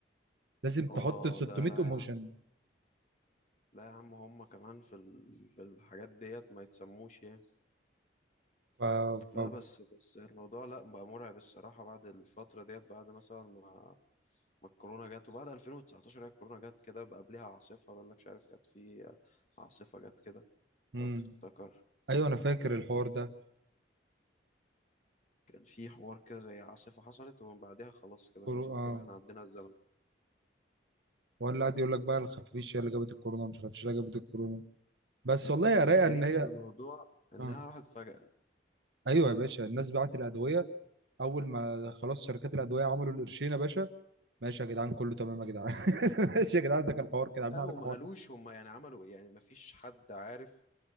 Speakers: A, on the right (about 65°); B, on the left (about 40°).
A: لازم تحط
B: اه
A: 600
B: ده لا
A: ايموشن
B: يا عم لا يا عم هم كمان في ال... في الحاجات ديت ما يتسموش يعني
A: ف ف
B: لا بس بس الموضوع لا بقى مرعب الصراحة بعد الفترة ديت بعد مثلا ما ما الكورونا جت وبعد 2019 هي الكورونا جت كده بقى قبلها عاصفة بقول لك مش عارف كانت في عاصفة جت كده
A: مم.
B: لو تفتكر
A: ايوه انا فاكر
B: كانت
A: الحوار
B: في
A: ده
B: كان في حوار كده زي عاصفة حصلت ومن بعدها خلاص كده
A: كورو...
B: كل سنة
A: اه
B: طب احنا عدينا الزمن
A: ولا قاعد يقول لك بقى الخفافيش هي اللي جابت الكورونا مش الخفافيش اللي جابت الكورونا بس والله يا رايقه
B: الغريب
A: ان هي
B: في الموضوع انها
A: اه
B: راحت فجأة
A: ايوه يا باشا الناس بعت الادويه اول ما خلاص شركات الادويه عملوا القرشين يا باشا ماشي يا جدعان كله تمام يا جدعان <laughs> ماشي يا جدعان ده كان حوار كده عاملين
B: لا
A: عليكم
B: وما
A: حوار
B: قالوش
A: كده
B: هم يعني عملوا ايه يعني ما فيش حد عارف